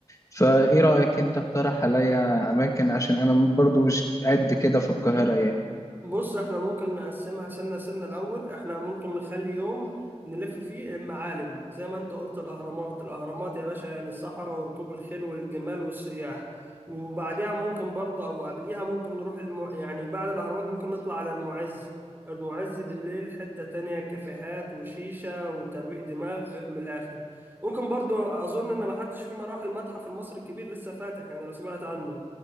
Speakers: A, on the left; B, on the right.
A: فايه رأيك انت اقترح عليا اماكن عشان انا برضو مش قد كده في القاهرة يعني
B: بص احنا ممكن نقسمها سنة سنة الأول احنا ممكن نخلي يوم نلف فيه المعالم زي ما انت قلت الأهرامات الأهرامات يا باشا يعني الصحراء وركوب الخيل والجمال والسياح وبعديها ممكن برضه أو قبليها ممكن نروح الم... يعني بعد الأهرامات ممكن نطلع على المعز المعز بالليل حتة تانية كافيهات وشيشة وترويق دماغ من الآخر ممكن برضه أظن إن محدش فينا راح المتحف المصري الكبير لسه فاتح يعني لو سمعت عنه